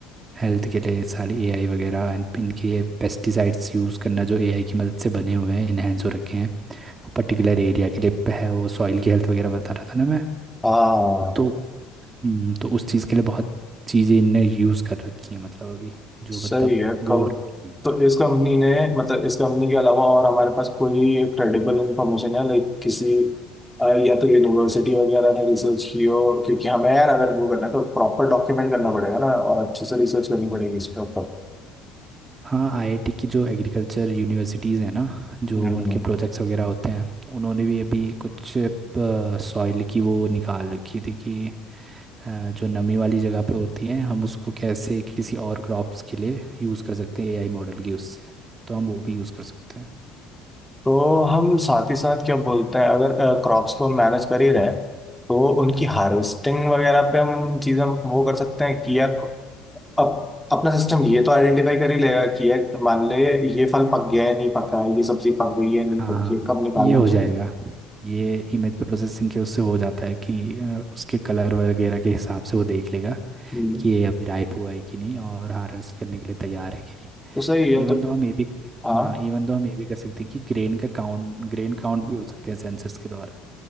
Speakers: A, on the right; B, in the centre.
A: हेल्थ के लिए सारी एआई वगैरह एंड इनके ये पेस्टिसाइड्स यूज़ करना जो एआई की मदद से बने हुए हैं इनहेंस हो रखे हैं पर्टिकुलर एरिया के लिए प- है वो सॉइल की हेल्थ वगैरह बता रहा था ना मैं
B: हाँ
A: तो हम्म, तो उस चीज़ के लिए बहुत चीज़ें इनने यूज़ कर रखी हैं मतलब अभी जो
B: सही
A: मतलब
B: है
A: वो
B: कम
A: हो रखी हैं।
B: तो इस कंपनी ने मतलब इस कंपनी के अलावा और हमारे पास कोई क्रेडिबल इंफॉर्मेशन है लाइक किसी अ, या तो यूनिवर्सिटी वगैरह ने रिसर्च की हो क्योंकि हमें यार अगर वो करना है तो प्रॉपर डॉक्यूमेंट करना पड़ेगा ना और अच्छे से रिसर्च करनी पड़ेगी इस पर
A: हाँ आईआईटी की जो एग्रीकल्चर यूनिवर्सिटीज़ हैं ना जो
B: तो
A: उनके प्रोजेक्ट्स वगैरह होते हैं उन्होंने भी अभी कुछ सॉइल की वो निकाल रखी थी कि अ, जो नमी वाली जगह पे होती है हम उसको कैसे किसी और क्रॉप्स के लिए यूज़ कर सकते हैं एआई मॉडल की उससे तो हम वो भी यूज़ कर सकते हैं
B: तो हम साथ ही साथ क्या बोलते हैं अगर क्रॉप्स को मैनेज कर ही रहे हैं, तो उनकी हार्वेस्टिंग वगैरह पे हम चीज़ें वो कर सकते हैं कि यार अब अपना सिस्टम ये तो आइडेंटिफाई कर ही लेगा कि यार मान ले ये फल पक गया है नहीं पका है ये सब्जी पक गई है
A: हाँ
B: नहीं पकी
A: हाँ
B: है कब निकालना
A: ये हो
B: चाहिए
A: जाएगा ये इमेज प्रोसेसिंग के उससे हो जाता है कि अ, उसके कलर वगैरह के हिसाब से वो देख लेगा
B: हम्म,
A: कि ये अभी राइप हुआ है कि नहीं और हार्वेस्ट करने के लिए तैयार है कि नहीं
B: तो सही है
A: इवन
B: तो
A: तो हम ये भी
B: हाँ
A: हाँ इवन तो हम ये भी कर सकते हैं कि ग्रेन का काउंट ग्रेन काउंट भी हो सकते हैं सेंसर्स के द्वारा